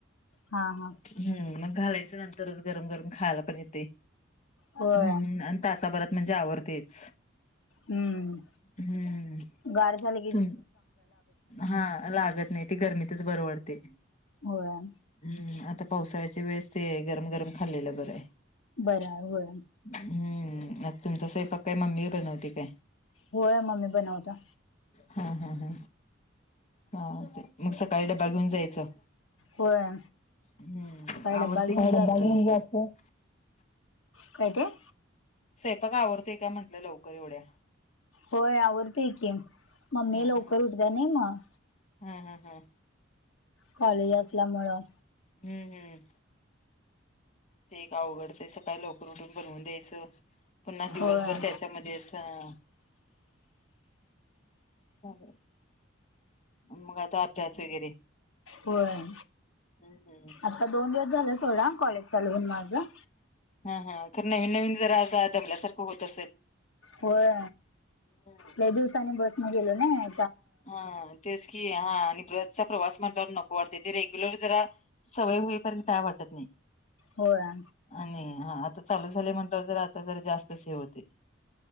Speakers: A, on the left; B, on the left.
A: हा, हा.
B: हम्म, मग घालायचं नंतरच गरम -गरम खायला पण येतय,
A: होय
B: हम्म आण तासाभरात म्हणजे आवरतयच.
A: हम्म
B: हम्म
A: गार झाल.
B: तुम, हा लागत नाही ते गर्मीतच बर वाटतय.
A: होय.
B: हम्म, आता पावसाळ्याच्या वेळेस ते गरम -गरम खाल्लेलं बरं हाय.
A: बर हाय होय.
B: हम्म, मग तुमचा स्वयंपाक काय मम्मी बनवते काय?
A: होय मम्मी बनवत्या.
B: हा, हा, ह, हा ते मग सकाळी डबा घेऊन जायचं?
A: होय
B: हम्म
A: सकाळी
B: आवरते
A: घेऊन
B: कि, काय डब्बा
A: जाते
B: घेऊन जायचं.
A: काय ते?
B: स्वयंपाक आवरतोय काय म्हटलं लवकर एवढ्या?
A: होय, आवरतोय की, मम्मी
B: हम्म
A: लवकर
B: हम्म
A: उठतीया नाही मग.
B: हम्म, हम्म, हम.
A: कॉलेज असल्यामुळं.
B: हम्म, हम्म. ते एक अवघडचं हाय सकाळी लवकर उठून बनवून द्यायचं, पुन्हा दिवसभर
A: होय
B: त्याच्यामध्येच. हा. चालल, मग आता अभ्यास वगैरे.
A: होय,
B: हम्म हम्म.
A: आता दोन दिवस झाल सोडा, कॉलेज चालु होऊन माझ.
B: हा, हा खर नवीन- नवीन जरा अस दमल्या सारखं होत असेल?
A: होय,
B: हम्म
A: लई दिवसानी बसने गेलो नई.
B: हा तेच की, हा आणि बसचा प्रवास म्हटल्यावर नको वाटतय. ते रेग्युलर जरा सवय होईपर्यंत काय वाटत नाही.
A: होय
B: आणि हा आता चालू झाले म्हंटल जर आता जरा जास्त च हे होते.